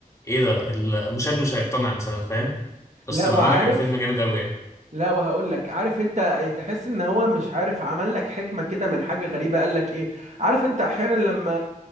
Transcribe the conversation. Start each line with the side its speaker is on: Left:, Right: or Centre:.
Left: ايه ده المشاهد مش هيقتنع مثلا فاهم بس
Right: لا وعارف
Left: بأمانة كان فيلم جامد قوي يعني
Right: لا وهقول لك عارف انت تحس ان هو مش عارف عمل لك حكمه كده من حاجه غريبه قال لك ايه عارف انت احيانا لما